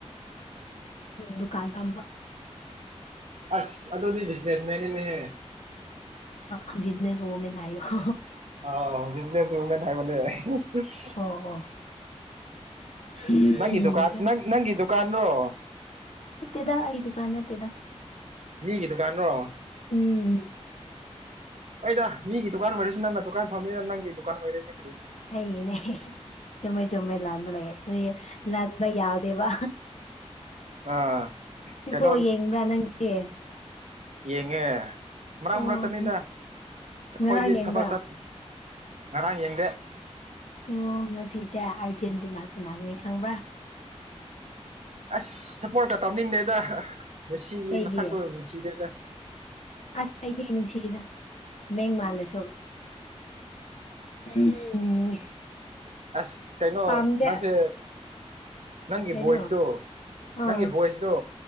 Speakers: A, on the left; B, on the right.
A: ꯗꯨꯀꯥꯟ ꯐꯝꯕꯥ
B: ꯑꯁ ꯑꯗꯨꯗꯤ ꯕꯤꯖꯤꯅꯦꯁ ꯃꯦꯟꯅꯤꯅꯦꯍꯦ
A: ꯑ ꯕꯤꯖꯅ ꯍꯣꯃꯟꯅꯌꯣ <inaudible>
B: ꯑ ꯕꯤꯖꯤꯅꯦꯁꯃꯦꯟ ꯍꯥꯏ ꯃ <inaudible> <unintelligible>
A: ꯑꯣ ꯑꯣ ꯎꯝ
B: ꯅꯪꯒꯤ ꯗꯨꯀꯥꯟ ꯅꯪ ꯅꯪꯒꯤ ꯗꯨꯀꯥꯟ ꯔꯣ
A: ꯇꯦꯗ ꯑꯩꯗꯨ ꯀꯥꯟ ꯇꯦꯗ
B: ꯅꯒꯤ ꯇꯗꯨꯀꯥꯟ ꯔꯣ
A: ꯎꯝ
B: ꯍꯣꯏꯗ ꯃꯤꯒꯤ ꯗꯨꯀꯥꯟ ꯑꯣꯏꯔꯁꯨ ꯅꯪꯅ ꯗꯨꯀꯥꯟ ꯐꯝꯃꯃꯤꯅ ꯅꯪꯒꯤ ꯗꯨꯀꯥꯟ ꯑꯣꯏꯔꯦꯅꯦ ꯀꯔꯤꯅꯣ
A: ꯑꯩꯅꯦ ꯆꯨꯝꯃꯦ ꯆꯨꯝꯃꯦ ꯂꯥꯟꯕ ꯂꯩ ꯂꯥꯟꯕ ꯌꯥꯎꯗꯦꯕ
B: ꯑꯥ
A: ꯏꯕꯣ
B: ꯀꯩꯅꯣ
A: ꯌꯦꯡꯕ꯭ꯔꯥ ꯅꯪꯒꯤ
B: ꯌꯦꯡꯉꯦ ꯃꯔꯛ
A: ꯑꯣ
B: ꯃꯔꯛꯇꯅꯤꯗ ꯑꯩꯈꯣꯏꯗꯤ
A: ꯉꯔꯥꯡ ꯌꯦꯡꯕ꯭ꯔꯥ
B: ꯊꯕꯛ ꯆꯠ ꯉꯔꯥꯡ ꯌꯦꯡꯗꯦ
A: ꯎ ꯉꯁꯤꯁꯦ ꯑꯥꯔꯖꯦꯟꯇꯤꯅꯥ ꯁꯅꯥꯅꯤ ꯈꯪꯕ꯭ꯔꯥ
B: ꯑꯁ ꯁꯞꯄꯣꯔꯠꯀ ꯇꯧꯅꯤꯡꯗꯦꯗ ꯉꯁꯤꯒꯤ
A: ꯀꯩꯒꯤ
B: ꯃꯁꯛꯔ ꯁꯤꯗꯦꯗ
A: ꯑꯁ ꯑꯩꯗꯤ ꯅꯨꯁꯤꯗ ꯍꯃꯦꯡ ꯃꯥꯜꯂꯁꯨ ꯎꯝ
B: ꯑꯁ ꯀꯩꯅꯣ
A: ꯄꯥꯝꯗꯦ
B: ꯅꯪꯁꯦ ꯅꯪꯒꯤ
A: ꯀꯩꯅꯣ
B: ꯚꯣꯏꯁꯗꯇꯨ
A: ꯑꯥ
B: ꯅꯪꯒꯤ ꯚꯣꯏꯁꯗꯨ